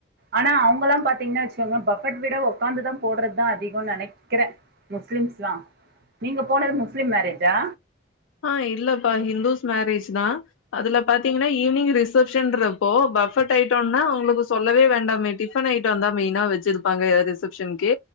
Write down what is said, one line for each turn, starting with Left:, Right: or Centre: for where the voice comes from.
Right: ஆனா அவங்கல்லாம் பாத்தீங்கன்னா வெச் சுக்கங்க பஃபெட் விட உக்காந்துதான் போடுறது தா அதிகன் நெனைக்கறே முஸ்லீம்ஸ் லா நீங்க போனது முஸ்லீம் மேரேஜா
Left: ஆஹ் இல்லப்பா ஹிந்துஸ் மேரேஜ் தா அதுல பாத்தீங்கன்னா ஈவினிங் ரிசப்ஷன்றப்போ பஃபட் ஐட்டன்னா அவங்களுக்கு சொல்லவே வேண்டாமே டிஃபன் ஐட்டந்தா மெயினா வச்சிருப்பாங்க ரிசப்ஷன்க்கு